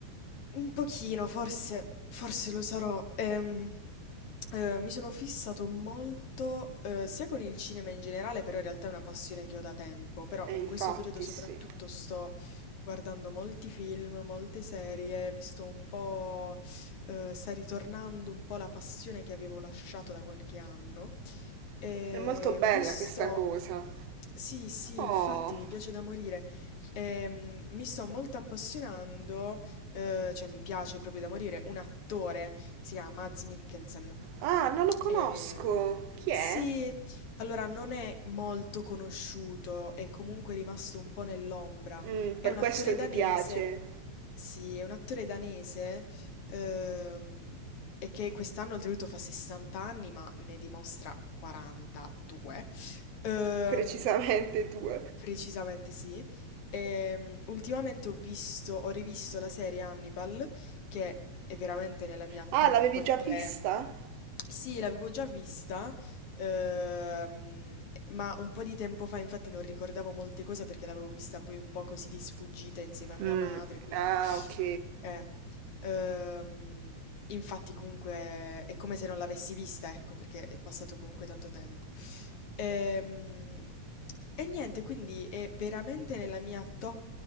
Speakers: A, on the left; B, on the right.
A: Un pochino, forse, forse lo sarò. Ehm, eh, mi sono fissato molto, eh, sia con il cinema in generale, però in realtà è una passione che ho da tempo, però
B: E
A: in
B: infatti
A: questo periodo soprattutto
B: sì.
A: sto guardando molti film, molte serie, mi sto un po', eh, sta ritornando un po' la passione che avevo lasciato da qualche anno. E
B: È molto bella
A: mi sto...
B: questa cosa.
A: Sì, sì,
B: Oh,
A: infatti mi piace da morire. Ehm, mi sto molto appassionando, eh, cioè mi piace proprio da morire, un attore, si chiama Mads Mikkelsen.
B: ah, non lo conosco.
A: Ehm,
B: Chi
A: sì,
B: è?
A: allora non è molto conosciuto, è comunque rimasto un po' nell'ombra.
B: Mm,
A: È
B: per
A: un
B: questo
A: attore
B: ti
A: danese.
B: piace.
A: Sì, è un attore danese Ehm, e che quest'anno oltretutto fa 60 anni, ma ne dimostra 42. Ehm,
B: Precisamente tu.
A: precisamente sì. Ehm, ultimamente ho visto, ho rivisto la serie Hannibal, che è veramente nella mia
B: Ah,
A: top
B: l'avevi già
A: 3.
B: vista?
A: Sì, l'avevo già vista, ehm, ma un po' di tempo fa infatti non ricordavo molte cose perché l'avevo vista poi un po' così di sfuggita insieme a mia
B: Mm,
A: madre, quindi...
B: ah, ok.
A: Eh, ehm, infatti comunque è come se non l'avessi vista, ecco, perché è passato comunque tanto tempo. Ehm, e niente, quindi è veramente nella mia top